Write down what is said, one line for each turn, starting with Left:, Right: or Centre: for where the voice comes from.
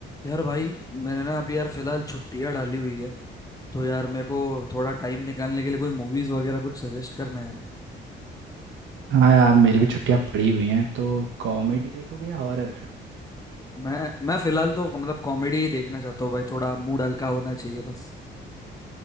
Left: यार भाई मैंने ना अभी यार फिलहाल छुट्टियां डाली हुई है तो यार मेरे को थोड़ा टाइम निकालने के लिए कोई मूवीज वगैरह कुछ सजेस्ट करना है यार।
Right: हाँ यार मेरी भी छुट्टियां पड़ी हुई हैं तो कॉमेडी देखोगे या हॉरर
Left: मैं मैं फिलहाल तो मतलब कॉमेडी ही देखना चाहता हूँ भाई थोड़ा मूड हल्का होना चाहिए बस